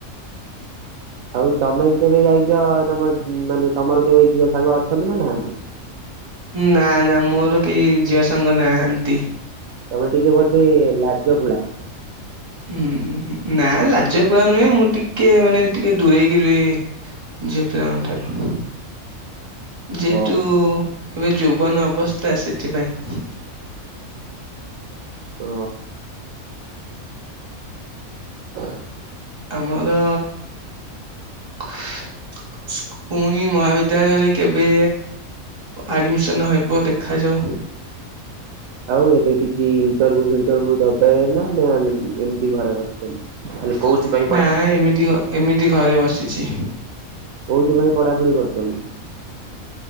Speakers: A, on the right; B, on the right.
A: ଆଉ ତମେ କେବେ ଯାଇଛ ତମ ମାନେ ତମର କେବେ ଝିଅ ସାଙ୍ଗ ଅଛନ୍ତି ନା ନାହାନ୍ତି।
B: ନା ନା ମୋର କେହି ଝିଅ ସାଙ୍ଗ ନାହାନ୍ତି।
A: ତମେ ଟିକେ ବୋଧେ ଲାଜ କୁଳା।
B: ହୁଁ ନା ଲାଜ କର ନୁହେଁ ମୁଁ ଟିକେ ମାନେ ଟିକେ ଦୂରେଇକି ରୁହେ ଝିଅ ପିଲଙ୍କ ଠାରୁ। ଯେହେତୁ
A: ଓହୋ
B: ଏବେ ଯୁବନ ଅବସ୍ଥା ସେଥିପାଇଁ।
A: ତ <inaudible>
B: ଆମର ପୁଣି ମହାବିଦ୍ୟାଳୟରେ କେବେ ଆଡମିସନ ହେବ ଦେଖାଯାଉ।
A: ଆଉ ଏବେ କିଛି ଇଣ୍ଟରଭୁ ଫିଣ୍ଟରଭୁ ଦବ <unintelligible> ଏମିତି ଘରେ ବସି ଖାଲି କୋଉଥିପାଇଁ।
B: ନା ଏମିତି ଗ ଏମିତି ଘରେ ବସିଛି।
A: କୋଉଥିପାଇଁ ପଢ଼ାପଢି କରୁଚନ୍ତି।